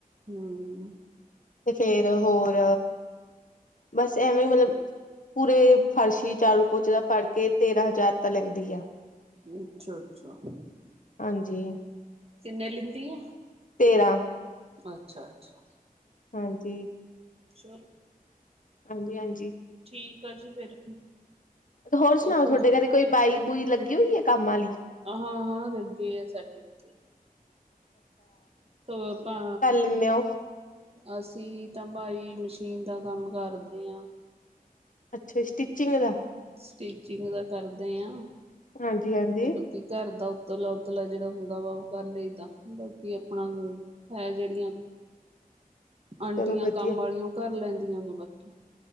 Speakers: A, on the right; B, on the left.
A: ਹੂੰ
B: ਤੇ ਫਿਰ ਹੋਰ, ਬੱਸ ਐਵੇਂ ਮਤਲਬ ਪੂਰੇ ਫਰਸ਼ੀ, ਝਾੜੂ-ਪੋਚਾ ਦਾ ਫੜ ਕੇ ਤੇਰਾਂ ਹਜ਼ਾਰ ਤਾਂ, ਲੈਂਦੀ ਆ।
A: ਅੱਛਾ, ਅੱਛਾ।
B: ਹਾਂ ਜੀ।
A: ਕਿੰਨੇ ਲੈਂਦੀ ਆ।
B: ਤੇਰਾਂ।
A: ਅੱਛਾ, ਅੱਛਾ।
B: ਹਾਂ ਜੀ।
A: ਛਲੋ
B: ਹਾਂਜੀ, ਹਾਂਜੀ।
A: ਠੀਕ ਆ ਜੀ, ਫਿਰ।
B: ਹੋਰ ਸੁਣਾਓ,
A: ਓਕੇ
B: ਤੁਹਾਡੇ ਘਰੇ ਕੋਈ ਬਾਈ-ਬੂਈ ਲੱਗੀ ਹੋਈ ਹੈ, ਕੰਮ ਵਾਲੀ?
A: ਆਹਾ, ਆਹਾ। ਲੱਗੀ ਏ, ਸਾਡੇ ਇੱਥੇ, ਕ ਪਾ
B: ਤਿੰਨੇ ਓ।
A: ਅਸੀਂ ਤਾਂ ਭਾਈ ਮਸ਼ੀਨ ਦਾ ਕੰਮ ਕਰਦੇ ਆਂ।
B: ਅੱਛਾ, ਸਟਿਚਿੰਗ ਦਾ?
A: ਸਟਿਚਿੰਗ ਦਾ ਕਰਦੇ ਆਂ।
B: ਹਾਂਜੀ, ਹਾਂਜੀ।
A: ਤੇ ਬਾਕੀ ਘਰ ਦਾ ਉੱਤਲਾ-ਉੱਤਲਾ ਜਿਹੜਾ ਹੁੰਦਾ ਵਾ ਉਹ ਕਰ ਲਈਦਾ, ਬਾਕੀ ਆਪਣਾ ਹੈ ਜਿਹੜੀਆਂ
B: <inaudible>
A: ਅੰਟੀਆਂ
B: ਵਧੀਆ।
A: ਕੰਮ ਆਲੀਆਂ ਓ ਕਰ ਲੈਂਦੀਆਂ ਨੇ ਬਾਕੀ।